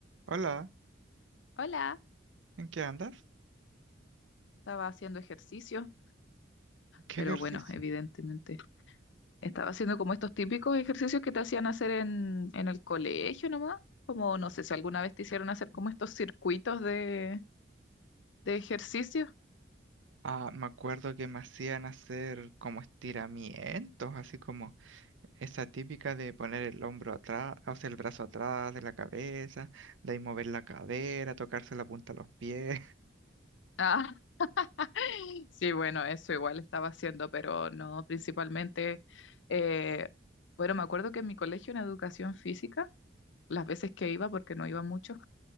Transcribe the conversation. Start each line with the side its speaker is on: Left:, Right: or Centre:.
Right: Hola,
Left: Hola,
Right: ¿en qué andas?
Left: estaba haciendo ejercicio,
Right: <laughs> ¿Qué
Left: pero
Right: ejercicio?
Left: bueno, evidentemente estaba haciendo como estos típicos ejercicios que te hacían hacer en, en el colegio nomás, como no sé si alguna vez te hicieron hacer como estos circuitos de, de ejercicio.
Right: Ah, me acuerdo que me hacían hacer como estiramientos, así como esa típica de poner el hombro atrás, o sea, el brazo atrás de la cabeza, de ahí mover la cadera, tocarse la punta de los pies.
Left: Ah, <laughs> sí, bueno, eso igual estaba haciendo, pero no, principalmente, eh, bueno, me acuerdo que en mi colegio en educación física, las veces que iba, porque no iba mucho,